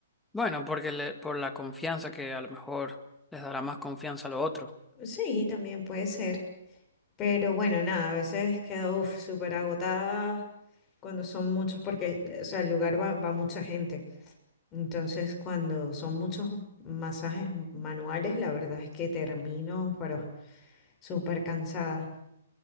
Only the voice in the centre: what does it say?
Bueno, porque le- por la confianza que a lo mejor les dará más confianza a lo otro.